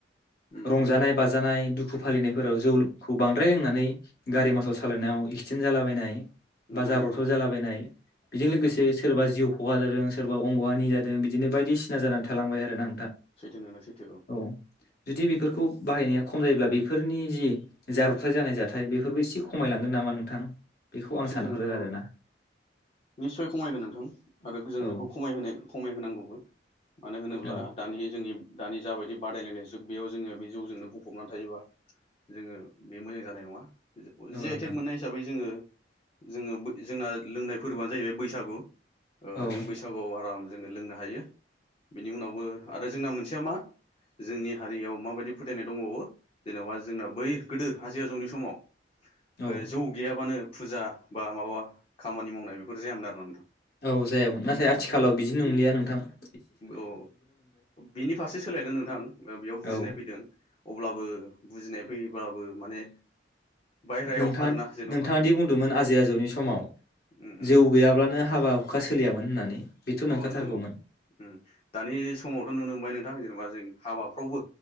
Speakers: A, on the left (about 35°); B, on the left (about 60°).
A: उम
B: रंजानाय
A: उम
B: बाजानाय दुखु फालिनायफोराव जौखौ बांद्राय लोंनानै गारि मथर सालायनायाव एक्सिडेन्ट जालाबायनाय।
A: नंगौ
B: बा जाब्रथाव
A: नोंथां औ
B: जालाबायनाय बेजों
A: उम
B: लोगोसे
A: उम
B: <unintelligible> सोरबा
A: उम
B: जिउ खहा जादों सोरबा अंग' हानि जादों बिदिनो बायदिसिना जानानै थालांबाय आरोना।
A: सैथो नोंना सैथो
B: ओं औ जुदि बेफोरखौ बाहायनाया खम जायोब्ला बेफोरनि जि जाब्रथाइ जानाय जाथाय बेफोरबो एसे खमायलांगोन नामा नोंथां? बेखौ आं
A: सैथो
B: सानहरो
A: नोंथां
B: आरोना
A: औ निसय। खमायगोन नोंथां आरो जों
B: औ
A: बेखौ खमायहोनाय-खमायहोनांगौबो मानो होनोब्ला
B: औ
A: दानि जों जोंनि दानि जाबायदि बादायलायनाय जुग बेयाव जोङो बे जौजोंनो गफबनानै थायोबा जोङो बे मोजां जानाय नङा। जि-
B: औ
A: जि
B: नोंथां
A: आइ टेक मोननाय हिसाबै जोङो जोङो बै जोंना लोंनाय फोरबोआानो जाहैबाय बैसाग <unintelligible> ओ
B: औ
A: जों बैसागुआव आराम जोङो लोंनो हायो। बेनि उनावबो आरो जोंना मोनसेया मा? जोंनि हारियाव माबायदि फोथायनाय दंबावो जेनबा जोंना बै गोदो आजै आजौनि समाव
B: औ
A: <unintelligible> जौ गैयाबानो फुजा बा माबा खामानि मावनाय बेफोर जायामोन आरो ना नोंथां।
B: औ जायामोन नाथाय आथिखालाव बिदि नंलिया नों <unintelligible>
A: औ बिनि फारसे सोलायदों नोंथां बेयाव बुजिनाय
B: औ
A: फैदों अब्लाबो बुजिनाय फै बाबो माने बायह्रायाव
B: नोंथाङा-नोंथाङादि
A: आरोना जेन'बा
B: बुंदोंमोन आजै आजौनि समाव
A: उम
B: जौ गैयाब्लानो हाबा हुखा सोलियामोन होननानै। बेथ'
A: अ
B: नंखाथारगौमोन
A: नोंथां अ ओम दानि समावथ' नुनो मोनबाय नों नोंथां जेनेबा जों हाबाफ्रावबो